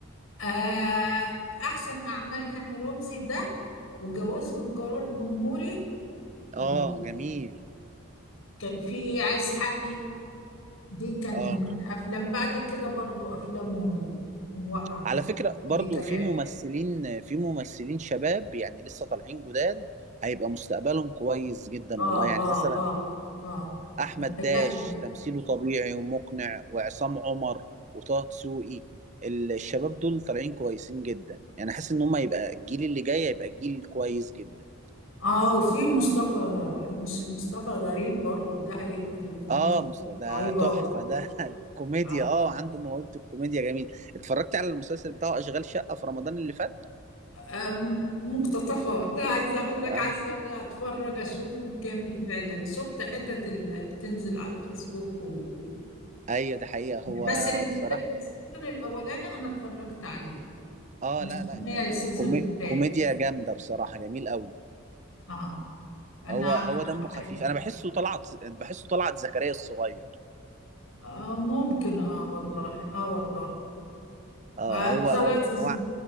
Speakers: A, on the left; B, on the right.
A: آه أحسن أعمال هاني رمزي ده وجواز بالقرار جمهوري وكان
B: آه جميل
A: في ايه عايز حقي دي كان
B: آه
A: الافلام بعد كده برضو افلامه وقع مع
B: على فكرة برضو
A: اي كلام
B: في ممثلين في ممثلين شباب يعني لسه طالعين جداد هيبقى مستقبلهم كويس جدا
A: اه
B: والله يعني
A: اه
B: مثلا
A: اه اه
B: أحمد
A: متهيألي
B: داش تمثيله طبيعي ومقنع وعصام عمر وطه دسوقي الشباب دول طالعين كويسين جدا يعني حاسس ان هم يبقى الجيل اللي جاي يبقى جيل كويس جدا
A: اه وفي مصطفى مش مصطفى غريب برضو ده هيبقى في الكوميديا
B: اه مستوى ده
A: رهيبة
B: تحفة
A: و...
B: ده <laughs> كوميديا
A: آه.
B: اه عنده موهبة الكوميديا جميل اتفرجت على المسلسل بتاعه أشغال شقة في رمضان اللي فات
A: آه مقتطفة كنت عايزة اقول لك
B: اه
A: عايزة اتفرج اشوفه كامل فعلا شفت حتت اللي بتنزل على فيسبوك و...
B: ايوه ده حقيقة هو
A: بس ال-
B: بصراحة
A: السيزون الاولاني انا اتفرجت عليه
B: اه
A: مستنيه
B: لا لا جا-
A: السيزون
B: كومي...
A: الثاني
B: كوميديا جامده بصراحه جميل قوي
A: اه انا
B: هو
A: عارف
B: هو دمه
A: إنه
B: خفيف
A: حلو
B: انا بحسه طلعت بحسه طلعت زكريا الصغير
A: اه ممكن اه والله اه والله
B: اه
A: آه،
B: هو
A: طلعت
B: هو, هو